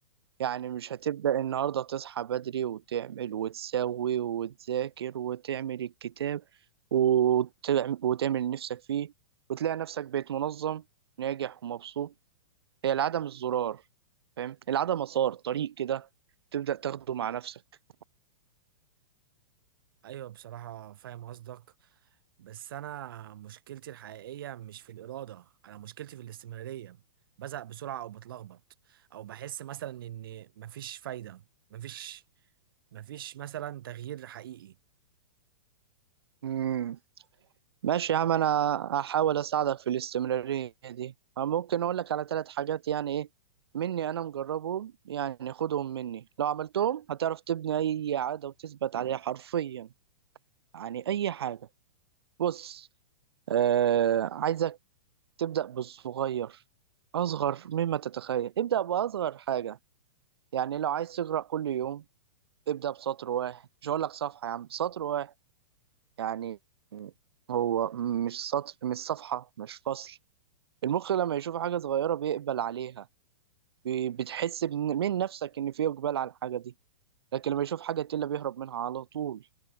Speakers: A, on the right; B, on the right.
A: يعني مش هتبدأ النهاردة تصحى بدري وتعمل وتسوي وتذاكر وتعمل الكتاب وتعمل, وتعمل نفسك فيه وتلاقي نفسك بقيت منظم ناجح ومبسوط هي العدم الزرار فاهم العدم مسار طريق كده تبدأ تاخده مع نفسك
B: ايوه بصراحة فاهم قصدك بس انا مشكلتي الحقيقية مش في الإرادة انا مشكلتي في الاستمرارية بزهق بسرعة او بتلخبط او بحس مثلا ان مفيش فايدة مفيش مفيش مثلا تغيير حقيقي
A: مم. ماشي يا عم انا هحاول اساعدك في الاستمرارية دي ممكن اقول لك على ثلاث حاجات يعني ايه مني انا مجربهم يعني خدهم مني لو عملتهم هتعرف تبني اي عادة وتثبت عليها حرفيا يعني اي حاجة بص آه عايزك تبدأ بالصغير اصغر مما تتخيل ابدأ باصغر حاجة يعني لو عايز تقرأ كل يوم ابدأ بسطر واحد مش هقول لك صفحة يا عم سطر واحد يعني هو مش سطر مش صفحة مش فصل المخ لما يشوف حاجة صغيرة بيقبل عليها بي- بتحس بن- من نفسك إن في إقبال على الحاجة دي لكن لما يشوف حاجة تقيلة بيهرب منها على طول